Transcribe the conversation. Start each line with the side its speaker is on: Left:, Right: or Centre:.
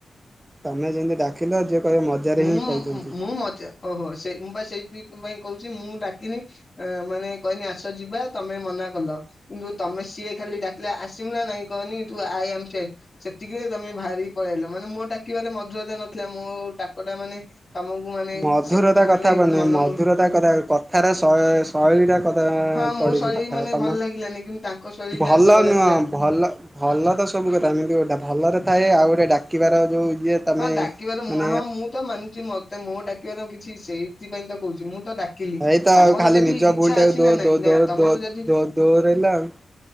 Right: ତମେ ଯେମିତି ଡା କିଲ ଯିଏ କହିବ ମଜାରେ
Left: ମୁଁ
Right: ହିଁ କହୁଚନ୍ତି।
Left: ମୁଁ ମଜା ଓହୋ ସେ ମୁଁ ପା ସେଇଥିପାଇଁ କହୁଚି ମୁଁ ଡାକିନି। ଏଁ ମାନେ କହିନି ଆସ ଯିବା ତମେ ମନା କଲ। ଇନ୍ତୁ ତମେ ସିଏ ଖାଲି ଡାକିଲେ ଆସିବୁ ନାଁ ନାଇଁ କହନି ତୁ ଆଇ ଆମେ ଠିଆହେଇ ସେତିକିରେ ତମେ ଭାରି ପଳିଆଇଲ ମାନେ ମୋ ଡାକିବାରେ ମଧୁରତା ନଥିଲା ମୋ ଟାକଟା ମାନେ ତମକୁ ମାନେ
Right: ମଧୁରତା
Left: ସେମିତି ମାନେ
Right: କଥା କୁହନ୍ତି
Left: ମନ
Right: ନେଇ ମଧୁରତା
Left: ମୁହିଁ
Right: କଥା କଥାରେ ଶଏଶ୍ ଶୈଳୀଟା କଥା
Left: ହଁ
Right: ପଡ଼ିଚ
Left: ମୋ ଶୈଳୀ
Right: କଥା
Left: ମାନେ
Right: ତମ
Left: ଭଲ ଲାଗିଲାନି କିନ୍ତୁ ତାଙ୍କ ଶୈଳୀ
Right: ଭଲ
Left: ଟା ଲାଗିଲା
Right: ନୁହଁ ଭଲ ଭଲ ତ ସବୁ କଥା ଯେମିତି ଗୋଟେ ଭଲରେ ଥାଏ ଆଉ ଗୋଟେ ଡାକିବାର ଯୋଉ ଇଏ ତମେ
Left: ହଁ ଡାକିବାର ମୁଁ
Right: ମାନେ
Left: ହଁ ମୁଁ ତ ମାନୁଚି ମତେ ମୋ ଡାକିବାର କିଛି ସେଇଥିପାଇଁ ତ କହୁଚି ମୁଁ ତ ଡା କିଲି
Right: ଏଇତ
Left: ତମର
Right: ଆଉ ଖାଲି
Left: ଯଦି
Right: ନିଜ
Left: ଇଚ୍ଛା
Right: ଭୁଲ ଟାକୁ
Left: ଅଛି
Right: ଦୋ
Left: ନାଁ ନାଇଁ
Right: ଦୋ
Left: ନାଁ
Right: ଦୋ
Left: ତମର
Right: ଦୋ
Left: ଯଦି
Right: ଦୋ ଦୋହରେଇଲା ଆଉ।